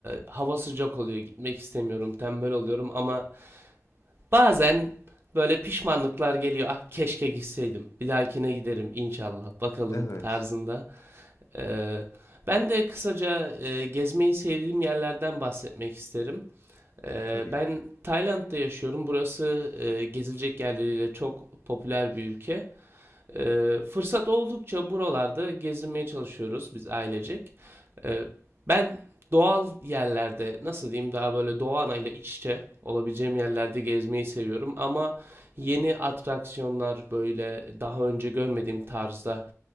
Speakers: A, on the right; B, on the left.
A: hava sıcak oluyor. Gitmek istemiyorum, tembel oluyorum ama bazen böyle pişmanlıklar geliyor. Ah keşke gitseydim. Bir dahakine giderim inşallah. Bakalım
B: Evet,
A: tarzında. E, ben de kısaca e, gezmeyi sevdiğim yerlerden bahsetmek isterim. Ee,
B: tabii
A: Ben
B: ki.
A: Tayland'da yaşıyorum. Burası e, gezilecek yerleriyle çok popüler bir ülke. Ee, fırsat oldukça buralarda gezinmeye çalışıyoruz biz ailecek. Ee, ben doğal yerlerde nasıl diyeyim daha böyle doğa anayla iç içe olabileceğim yerlerde gezmeyi seviyorum ama yeni atraksiyonlar böyle daha önce görmediğim tarzda